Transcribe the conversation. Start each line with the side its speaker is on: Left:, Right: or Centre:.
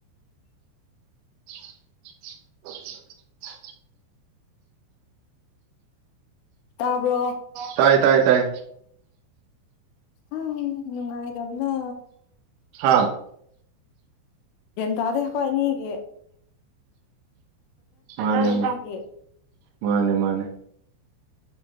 Right: <inaudible>
Left: ꯇꯥꯕ꯭ꯔꯣ
Right: ꯇꯥꯏ ꯇꯥꯏ ꯇꯥꯏ
Left: ꯑ ꯏꯅꯨꯡꯉꯥꯏꯔꯕꯅ
Right: ꯍꯥꯥ
Left: ꯗꯗꯦ ꯍꯣꯏ ꯅꯒ
Right: <inaudible> ꯑꯗꯦ
Left: ꯑꯗꯨꯒꯤ
Right: ꯃꯥꯅꯦ ꯃꯥꯅꯦ